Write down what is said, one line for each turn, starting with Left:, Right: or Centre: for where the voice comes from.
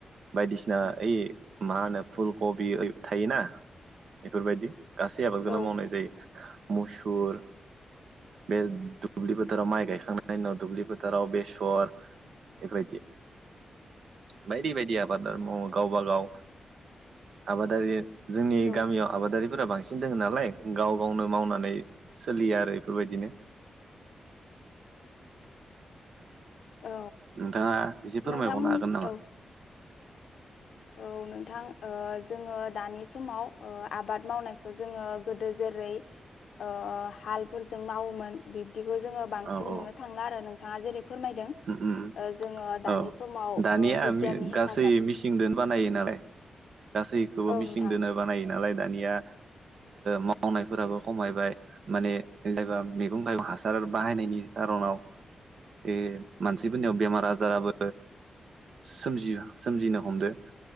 Right: बायदिसिना ओइ मा होनो फुल कबि थायोना बेफोरबायदि गासै आबादखौनो
Left: औ
Right: मावनाय जायो मुसुर बे दुब्लि फोथोराव माइ गायखांनायनि उनाव दुब्लि फोथाराव बेसर बेबायदि बायदि बायदि आबाद मावो गावबाागाव आबादारि जोंनि
Left: औ
Right: गामियाव आबादारिफोरा बांसिन दङ नालाय गाव गावनो मावनानै सोलियो आरो बेफोरबायदिनो म
Left: औ
Right: नोंथाङा एसे फोरमायबावनो
Left: नोंथांमोन
Right: हागोन नामा
Left: औ औ नोंथां जोङो दानि समाव आबाद मावनायखौ जोङो गोदो जेन जेरै हालजों मावोमोन बिखौ जोङो बांसिन
Right: औ औ
Left: नुनो थांला आरो नोंथाङा जेरै फोरमायदों
Right: उम उम
Left: जोङो दानि
Right: औ
Left: समाव
Right: दानिया
Left: बिगियाननि हेफाजाब
Right: गासै मिसिंजों बानायो नालाय गासैखौबो
Left: औ
Right: मिसिं
Left: नोंथां
Right: दोनो बानायो नालाय दानिया मावनायफोराबो खमायबाय माने जेनबा मैगं थाइगं हासार बाहायनायनि खार'नाव बे मानसिफोरनियाव बेमार आजाराबो सोमजिनो हमदो